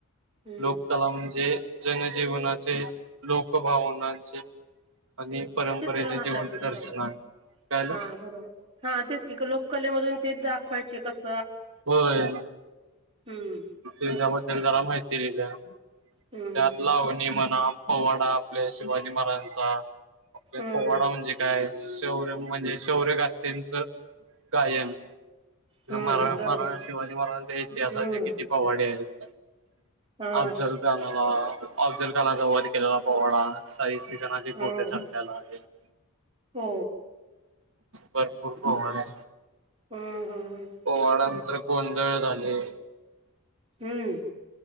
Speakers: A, on the right; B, on the right.
A: हम्म
B: लोककला म्हणजे जनजीवनाचे लोकभावनांचे आणि परंपरेचे
A: चित्र नसायचं
B: जिवंत
A: त्याच्यामध्ये
B: दर्शन आहे काय झालं
A: हा बरोबर हा तेच की लोककलेमधून तेच दाखवायचे कस
B: होय
A: हम्म
B: तेज्या ब द्दल जरा माहिती लिहिल्या
A: हम्म
B: त्यात
A: हम्म
B: लावणी म्हणा पवाडा आपल्या शिवाजी महाराजांचा आपल्या
A: हम्म
B: पवाडा म्हणजे काय? शौर्य म्हणजे शौर्य गाथीनच गायन
A: हम्म
B: मरा
A: बरोबर
B: महाराज शिवाजी महाराजांच्या इतिहासाचे
A: हम्म
B: किती पवाडे आहेत
A: हा
B: अफ्जल खनाला अफजुल कानाचा वाद केलेला पवडा शाहीस <unintelligible>
A: हम्म हो
B: भरपूर होवण आहे.
A: हम्म हम्म
B: पोवाडांंतर गोंधळ झाले.
A: हम्म.